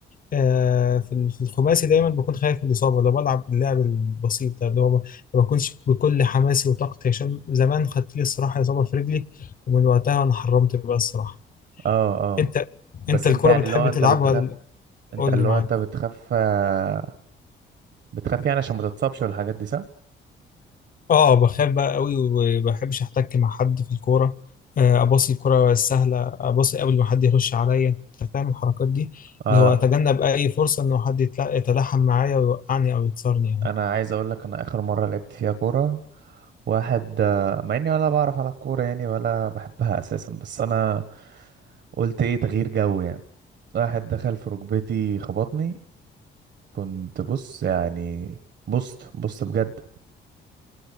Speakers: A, on the left; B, on the right.
A: آه، في ال- في الخماسي دايما بكون خايف من الإصابة لو بلعب اللعب البسيط ده اللي هو ما ما بكونش بكل حماسي وطاقتي عشان زمان خدت لي الصراحة إصابة في رجلي ومن وقتها أنا حرمت بقى الصراحة
B: اه اه
A: أنت
B: بس
A: أنت الكرة
B: انت يعني
A: بتحب
B: اللي هو انت
A: تلعبها
B: بتخاف
A: ولا-
B: انت
A: قول
B: اللي
A: لي معاك
B: هو انت بتخاف آه، بتخاف يعني عشان ما تتصابش والحاجات دي صح
A: أه بخاف بقى قوي وما بحبش أحتك مع حد في الكورة آه، أباصي الكرة السهلة أباصي قبل ما حد يخش عليا أنت فاهم الحركات دي
B: اه
A: اللي هو أتجنب أي فرصة إنه حد يتلا- يتلاحم معايا ويوقعني أو يكسرني يعني
B: انا عايز اقول لك انا اخر مره لعبت فيها كوره واحد آه، مع اني ولا بعرف العب كوره يعني ولا بحبها اساسا بس انا قلت ايه تغيير جو يعني واحد دخل في ركبتي خبطني كنت بص يعني بصت بصت بجد